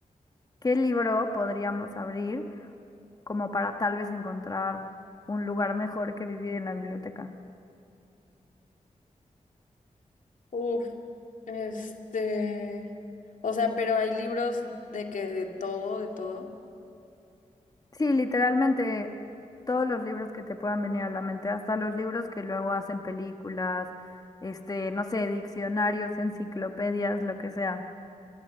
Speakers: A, on the left (about 25°); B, on the left (about 70°).
A: ¿Qué libro podríamos abrir como para tal vez encontrar un lugar mejor que vivir en la biblioteca?
B: Uf, este, o sea, pero hay libros de que de todo, de todo.
A: Sí, literalmente todos los libros que te puedan venir a la mente, hasta los libros que luego hacen películas, este, no sé, diccionarios, enciclopedias, lo que sea.